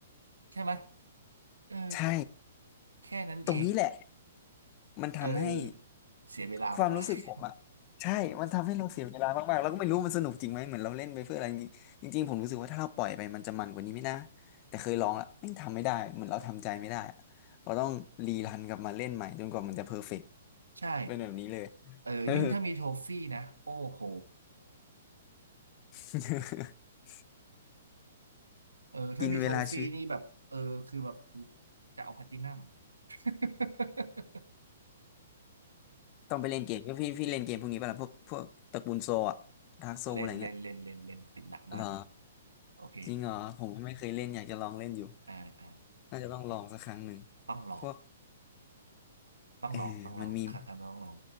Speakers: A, on the right; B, on the left.
A: ใช่ไหมเออ
B: ใช่
A: แค่นั้นเอง
B: ตรงนี้แหละมันทำให้
A: เออเสียเวลามากๆ
B: ความรู้สึกผมอะใช่มันทำให้เราเสียเวลามากๆแล้วก็ไม่รู้มันสนุกจริงไหมเหมือนเราเล่นไปเพื่ออะไรจริงจริงๆผมรู้สึกว่าถ้าเราปล่อยไปมันจะมันกว่านี้ไม่นะแต่เคยลองละไม่งทำไม่ได้เหมือนเราทำใจไม่ได้อะเราต้องรีรันกลับมาเล่นใหม่จนกว่ามันจะเพอร์เฟกต์
A: <laughs> ใช่
B: เป็นแบบนี้เลย
A: เออยิ่งถ้ามีโทฟี่นะ
B: เออ
A: โอ้โห
B: <laughs>
A: เออถ้ามีโทฟี่นี่แบบเออคือแบบกู
B: กินเวลาชีวิต
A: จะเอาแพลตตินัม <laughs>
B: ต้องไปเล่นเกมก็พี่พี่เล่นเกมพวกนี้ป่ะล่ะพวกพวกตระกูลโซอะากโซอะไรเงี้ย
A: เล่นเล่นเล่นเล่นเล่นติดหนักมากเลย
B: หรอ
A: โอเค
B: จริงหรอผมไม่เคยเล่นอยากจะลองเล่นอยู่
A: อ่าอ่า
B: น่าจะต้องลองสักครั้งหนึ่ง
A: ต้องลอง
B: พวก
A: ต้องลองต้องลองครั้งหน้าต้องลอง
B: เออมันมี <laughs> ม